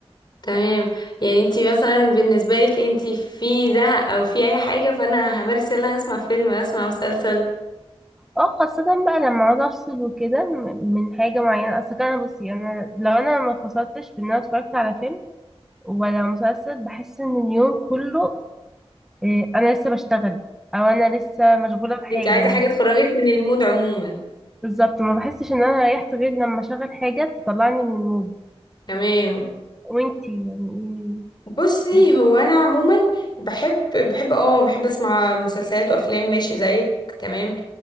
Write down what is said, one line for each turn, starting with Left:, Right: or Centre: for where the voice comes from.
Left: تمام يعني انتي مثلا بالنسبة لك انتي في زهق او في اي حاجة فانا همارس يلا هسمع فيلم هسمع مسلسل
Centre: اه خاصة بقى لما عاوز افصل وكده م- من حاجة معينة اصل كده بصي انا لو انا ما فصلتش بان انا اتفرجت على فيلم ولا مسلسل بحس ان اليوم كله آه، انا لسه بشتغل او انا لسه مشغوله بحاجه
Left: انتي عايزة حاجة تخرجك من المود عموما
Centre: بالظبط ما بحسش ان انا ريحت غير لما اشغل حاجة تطلعني من المود
Left: تمام
Centre: وانتي يعني
Left: بصي
Centre: ايه
Left: هو انا عموما بحب بحب اه بحب اسمع مسلسلات وافلام ماشي زيك تمام